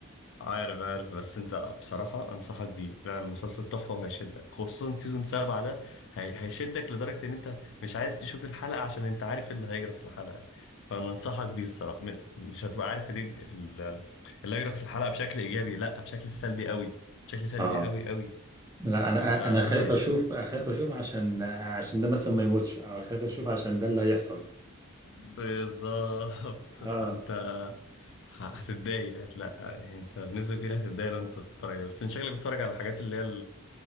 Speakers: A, on the left; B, on the right.
A: عارف عارف بس انت بصراحة انصحك بيه لا المسلسل تحفة وهيشدك خصوصا سيزون سبعة ده هي... هيشدك لدرجة ان انت مش عايز تشوف الحلقة عشان انت عارف إيه اللي هيجرى في الحلقة فانا انصحك بيه الصراحة م... مش هتبقى عارف دي ال- اللي هيجرى في الحلقة بشكل ايجابي لا بشكل سلبي قوي بشكل سلبي
B: اه
A: قوي قوي
B: لا انا
A: فانت لا
B: انا خايف
A: هيش
B: اشوف خايف اشوف عشان عشان ده مثلا ما يموتش او خايف اشوف عشان ده اللي هيحصل
A: بالظبط <laughs>
B: اه,
A: فانت ه- هتتضايق هتلا يعني انت بنسبة كبيرة هتتضايق لو انت بتتفرج عليه بس انت شكلك بتتفرج على الحاجات اللي هي